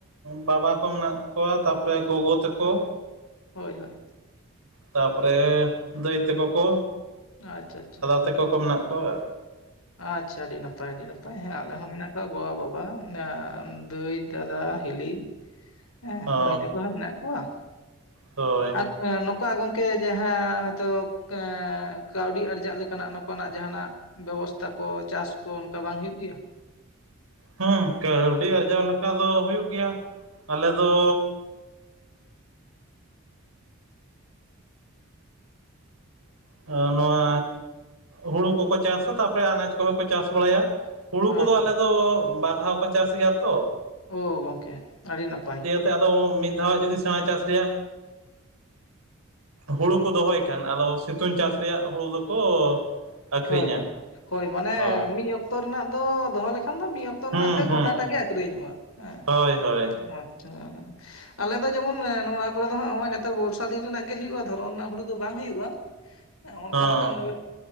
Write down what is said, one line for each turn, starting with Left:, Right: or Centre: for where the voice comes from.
Right: ᱵᱟᱵᱟ, ᱠᱚ ᱢᱮᱱᱟᱜ ᱠᱚᱣᱟ ᱛᱟᱯᱚᱨᱮ ᱜᱚᱜᱚ, ᱛᱟᱠᱚ
Left: ᱦᱳᱭ ᱦᱳᱭ᱾
Right: ᱛᱟᱯᱚᱨᱮᱻ ᱫᱟᱹᱭ ᱛᱟᱠᱚ ᱠᱚᱼᱼ
Left: ᱟᱪᱷᱟ ᱪᱷᱟ,
Right: ᱫᱮᱠᱚ ᱠᱚ ᱢᱮᱱᱟᱜ ᱠᱚᱣᱟ
Left: ᱟᱪᱷᱟ ᱟᱹᱰᱤ ᱱᱟᱯᱟᱭ ᱟᱹᱰᱤ ᱱᱟᱯᱟᱭ ᱦᱮᱸ ᱟᱞᱮ ᱦᱚᱸ ᱢᱮᱱᱟᱜᱼᱼ ᱜᱚ ᱵᱟᱵᱟ ᱱᱟᱻ ᱫᱹᱭ ᱫᱟᱫᱟ ᱦᱤᱞᱤ ᱦᱮᱸ
Right: ᱚ
Left: ᱢᱟᱹᱭ ᱛᱟᱠᱚ ᱦᱚᱸ ᱢᱮᱱᱟᱜ ᱠᱚᱣᱟ?
Right: ᱦᱳᱭ
Left: ᱮ ᱱᱚᱠᱟ ᱜᱚᱝᱠᱮ ᱡᱟᱦᱟᱸ ᱦᱚᱳᱭᱛᱚ ᱠᱟᱻ ᱠᱟᱹᱣᱰᱤ ᱟᱨᱡᱟᱜ ᱞᱮᱠᱟᱱᱟᱜ ᱱᱚᱝᱠᱟᱱᱟᱜ ᱡᱟᱦᱟᱱᱟᱜ ᱵᱮᱵᱚᱥ ᱛᱟᱠᱚ ᱪᱟᱥ ᱠᱚ ᱚᱱᱠᱟ ᱵᱟᱝ ᱦᱩᱭᱩᱜ ᱜᱮᱭᱟ,
Right: ᱦᱩᱸ ᱠᱟᱹᱣᱰᱤ ᱟᱨᱡᱟᱣ ᱞᱮᱠᱟ ᱫᱚ ᱦᱩᱭᱩᱜ ᱜᱮᱭᱟ, ᱟᱞᱮ ᱫᱚ ᱟ ᱱᱚᱣᱟ ᱦᱩᱲᱩ ᱠᱚᱠᱚ ᱪᱟᱥ-ᱟ ᱛᱟᱯᱚᱨᱮ ᱟᱱᱟᱡ ᱠᱚᱦᱚᱸ ᱠᱚ ᱪᱟᱥ ᱵᱟᱲᱟᱭᱟ, ᱦᱩᱲᱩ
Left: ᱟᱪᱪᱷᱟ
Right: ᱠᱚᱫᱚ ᱟᱞᱮ ᱫᱚ ᱵᱟᱨ ᱫᱷᱟᱣ ᱠᱚ ᱪᱟᱥ ᱜᱮᱭᱟ ᱛᱚ
Left: ᱚᱻ ᱜᱚᱢᱠᱮ ᱟᱹᱰᱤ ᱱᱟᱯᱟᱭ
Right: ᱛᱮ ᱟᱫᱚ ᱢᱤᱫ ᱫᱷᱟᱣ ᱡᱚᱫᱤ ᱥᱮᱬᱟ ᱪᱟᱥ ᱨᱮᱭᱟᱜ ᱦᱩᱲᱩ ᱠᱚ ᱫᱚᱦᱚᱭ ᱠᱷᱟᱱ ᱟᱫᱚ ᱥᱤᱛᱩᱝ ᱪᱟᱥ ᱨᱮᱭᱟᱜ ᱦᱩᱲᱩ ᱫᱚᱠᱚ ᱟᱠᱷᱨᱤᱧᱟ
Left: ᱦᱳᱭ ᱦᱳᱭ ᱦᱳᱭ ᱢᱟᱱᱮ
Right: ᱦᱳᱭ
Left: ᱢᱤᱫ ᱚᱠᱛᱚ ᱨᱮᱱᱟᱜ ᱫᱚ ᱫᱚᱦᱚ ᱞᱮᱠᱷᱟᱱ ᱫᱚ ᱢᱤᱫ ᱚᱠᱛᱚ ᱡᱚᱛᱚ ᱨᱮᱱᱟᱜ
Right: ᱦᱩᱸ
Left: ᱫᱚ
Right: ᱦᱩᱸ
Left: ᱜᱚᱴᱟᱴᱟᱜ ᱜᱮ ᱟᱠᱷᱨᱤᱧᱚᱜ-ᱟ ᱦᱮᱸ᱾
Right: ᱦᱳᱭ ᱦᱳᱭ
Left: ᱟᱪᱪᱷᱟ, ᱟᱞᱮ ᱫᱚ ᱡᱮᱢᱚᱱ ᱱᱚᱣᱟ ᱠᱚᱨᱮ ᱫᱚ ᱦᱟᱸ ᱱᱚᱜ-ᱚᱭ ᱱᱮᱛᱟᱨ ᱵᱚᱨᱥᱟ ᱫᱤᱱ ᱨᱮᱱᱟᱜ ᱜᱮ ᱦᱩᱭᱩᱜ-ᱟ ᱫᱷᱚᱨᱚᱱ ᱨᱮᱱᱟᱜ ᱦᱩᱲᱩ ᱫᱚ ᱵᱟᱝ ᱦᱩᱭᱩᱜ-ᱟ᱾ ᱚᱱᱠᱟ
Right: ᱦᱚᱸ
Left: ᱞᱮᱠᱟᱱ ᱜᱮ